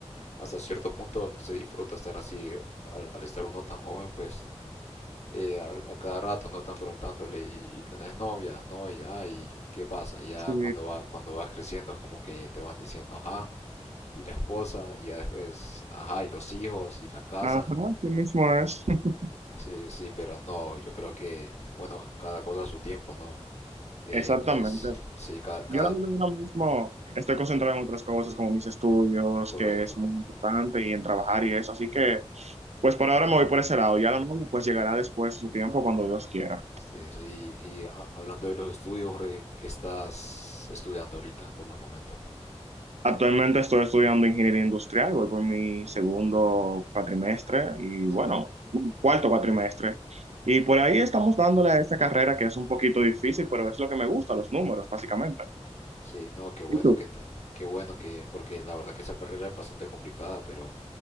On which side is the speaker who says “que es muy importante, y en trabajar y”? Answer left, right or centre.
Right